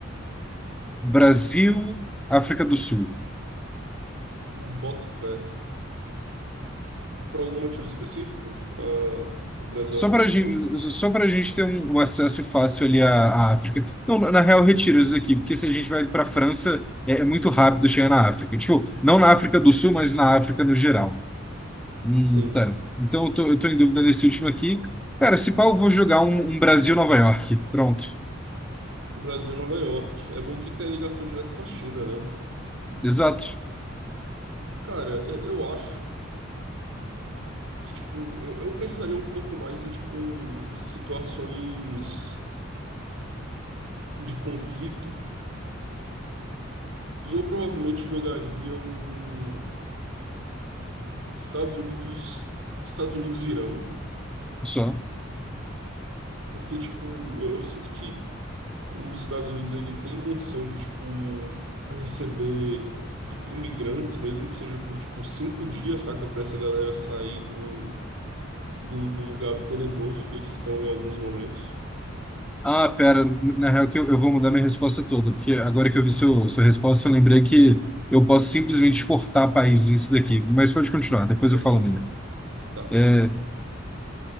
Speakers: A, in the centre; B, on the right (about 70°).
A: Brasil, África do Sul.
B: Um Boto fé. Por algum motivo específico, ah, Brasil
A: Só
B: e África
A: para
B: do
A: a gente,
B: Sul?
A: só para gente ter um, um acesso fácil ali à, à África. Não, na na real, retira isso aqui, porque se a gente vai para a França, é, é muito rápido chegar na África. Tipo, não na África do Sul, mas na África no geral. Hum,
B: Sim,
A: tá. Então eu tô, eu tô em dúvida nesse último aqui. Cara, se pau, eu vou jogar um, um Brasil-Nova York. Pronto.
B: Brasil e Nova York. É bom que tenha ligação direto com a China, né?
A: Exato.
B: Cara, eu eu acho que, tipo, eu, eu pensaria um pouco mais em, tipo, situações de conflito e eu provavelmente jogaria um Estados Unidos, Estados Unidos e Irã,
A: Só.
B: porque, tipo, eu, eu sinto que os Estados Unidos ele tem condição de tipo receber i- imigrantes, mesmo que seja por tipo cinco dias, saca, para essa galera sair do, do, do lugar tenebroso que eles estão em alguns momentos.
A: Ah, pera, na real que eu, eu vou mudar minha resposta toda, porque agora que eu vi seu, sua resposta, eu lembrei que eu posso simplesmente exportar
B: Sei.
A: países isso daqui. Mas pode continuar, depois
B: Como
A: eu
B: assim?
A: falo a minha.
B: Tá,
A: É...